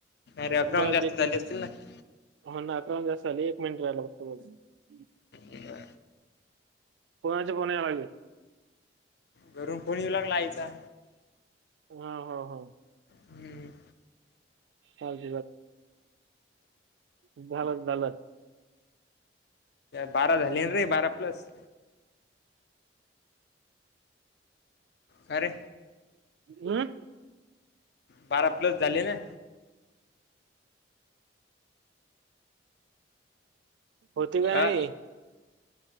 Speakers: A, on the left; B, on the right.
A: रे अकवन
B: बस
A: जास्ती
B: एक
A: दली अस असतीलल ना
B: हो ना अकरा जास्त झाली एक मिनिट राहिला फघत ब
A: या
B: पुण्यां पुण्यालाग
A: गरम पणीऊ लागलायचा
B: हा हो हो
A: हम्म
B: चालत चालत झालं झालं
A: बारा झाली रे बारा प्लस खरे
B: हम्
A: बारा प्लस झाले ना
B: होती का नाही
A: अ